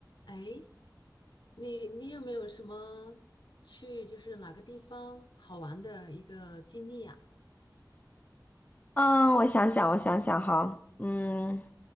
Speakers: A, on the left (about 75°); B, on the left (about 20°).
A: 哎，你你有没有什么去就是哪个地方好玩的一个经历呀、
B: 嗯，我想想，我想想哈，嗯，